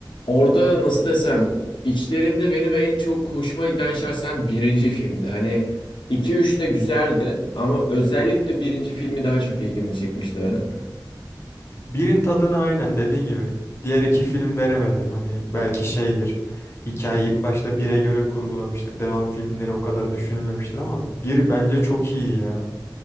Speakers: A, on the left; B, on the left.
A: orada nasıl desem içlerinde benim en çok hoşuma giden şahsen birinci filmdi. Hani iki üç de güzeldi ama özellikle birinci filmi daha çok ilgimi çekmişti benim.
B: Birin tadını aynen dediğin gibi. Diğer iki film veremedi. Hani belki şeydir. Hikayeyi ilk başta bire göre kurgulamıştır. Devam filmleri o kadar düşünülmemiştir ama bir bence çok iyiydi ya.